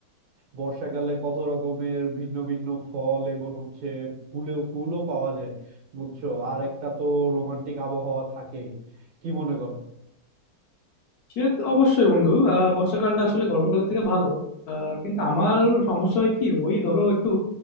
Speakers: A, on the right; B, on the left.
A: বর্ষাকালে কত রকমের ভিন্ন ভিন্ন ফল এবং হচ্ছে ফুলেও ফুলও পাওয়া যায় বুঝছো আর একটা তো রোমান্টিক আবহাওয়া থাকেই কি মনে করো
B: সে তো অবশ্যই বন্ধু আহ, বর্ষাকালটা আসলে গরমকালের থেকে ভালো আহ, কিন্তু আমার সমস্যা হয় কি ওই ধরো একটু